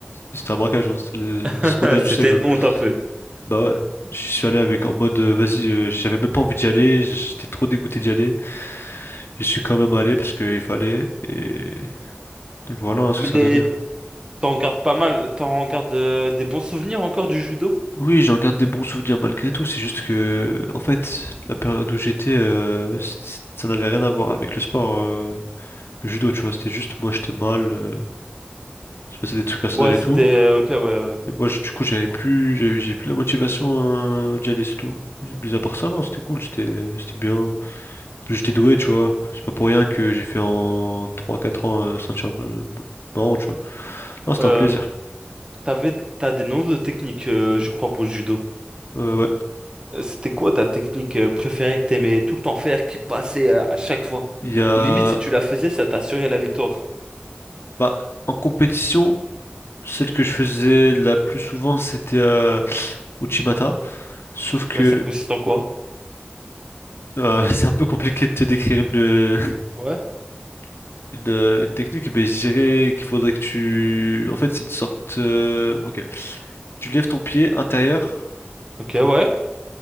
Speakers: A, on the left; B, on the right.
A: c'était un braquage, hein. C'était le
B: <laughs>
A: scandale
B: C'était
A: du siècle.
B: une
A: hein.
B: honte un peu.
A: Bah ouais, je suis allé avec en mode, euh, vas-y, euh, j'avais même pas envie d'y aller, j'étais trop dégoûté d'y aller. Je suis quand même allé parce qu'il fallait, et, et voilà hein, ce
B: Mais
A: que ça a donné. hein.
B: t'en gardes pas mal, t'en gardes euh, des bons souvenirs encore du judo?
A: Oui, j'en garde des bons souvenirs malgré tout. C'est juste que, en fait, la période où j'étais, euh, c- c- ça n'avait rien à voir avec le sport, euh, le judo, tu vois. C'était juste moi, j'étais mal, euh, il se passait des trucs personnels
B: Ouais,
A: et
B: c'était...
A: tout.
B: euh, Ok, ouais. ouais.
A: Et moi, je- du coup,
B: Je
A: j'avais
B: comprends.
A: plus, j'avais j'ai plus la motivation, euh, d'y aller, c'est tout. Mis à part ça, non, c'était cool, c'était, c'était bien. J'étais doué, tu vois. C'est pas pour rien que j'ai fait en trois, quatre ans, euh, ceinture euh, marron, tu vois. Non, c'était
B: Euh,
A: un plaisir.
B: t'avais... T'as des noms de techniques, euh, je crois, pour le judo.
A: Euh, ouais.
B: Euh, C'était quoi ta technique euh, préférée que t'aimais tout le temps faire, qui passait euh, à chaque fois?
A: Il y a,
B: Ou limite, si tu la faisais, ça t'assurait la victoire.
A: bah, en compétition. Celle que je faisais la plus souvent, c'était euh, Uchimata. Sauf que
B: Euh, ça consiste en quoi?
A: euh, <laughs> c'est un peu compliqué de te décrire une,
B: Ouais.
A: <laughs> une, euh, une technique, mais je dirais qu'il faudrait que tu... En fait, c'est une sorte... euh, Ok. Tu lèves ton pied intérieur
B: Ok, ouais.